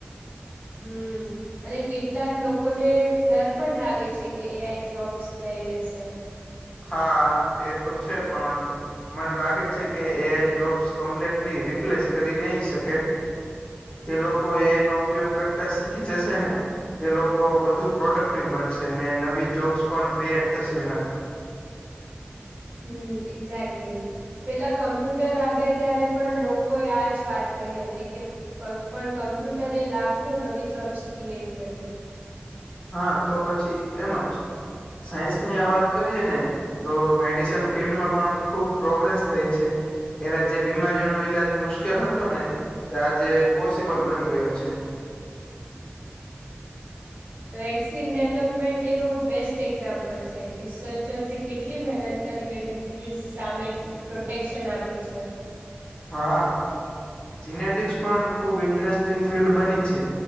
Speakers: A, on the right; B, on the left.
A: હમ્મ. અને કેટલાક લોકોને ડર પણ લાગે છે કે, એ આઈ જોબ્સ લઈ લેશે.
B: હા, છે પણ. મને લાગે છે કે, એ આઈ જોબ્સ કમ્પ્લીટલી રિપ્લેસ કરી નહી શકે. જે લોકો એ આઈ નુ ઉપયોગ કરતા શીખ ખી જશે ને, એ લોકો વધુ પ્રોડક્ટિવ બનશે ને, નવી જોબ્સ પણ ક્રિએટ થશે એનાથી.
A: હમ એક્ઝેક્ટલી. પેલા કમ્પ્યુટર આવ્યા ત્યારે પણ લોકોએ આજ વાત કરી હતી કે પણ કમ્પ્યુટરે લાખો નવી જોબ્સ ક્રિએટ કરી.
B: હા તો પછી એમ જ સાયન્સ ની આ વાત કરીએ ને તો મેડિસન ફિલ્ડમાં પણ ખુબ પ્રોગ્રેસ થઈ છે. પેલા જે બીમારીઓનો ઈલાજ મુશ્કેલ હતો ને, તે આજે પોસિબલ બની ગયો છે.
A: વેક્સિન ડેવલપમેન્ટ એનો બેસ્ટ એક્ઝામ્પલ છે રિસર્ચર્સ કેટલી મહેનત કરીને ડિઝઝસ સામે પ્રોટેક્શન આપી છે.
B: હા જીનેટિક્સ પણ ખુબ ઇન્ટરેસ્ટિંગ ફિલ્ડ બની છે.